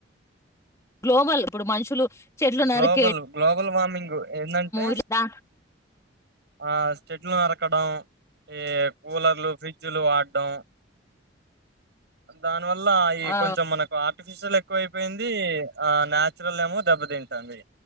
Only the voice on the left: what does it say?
గ్లోబల్ ఇప్పుడు మనుషులు చెట్లు
నరికేయడము
ఇట్లా
ఆ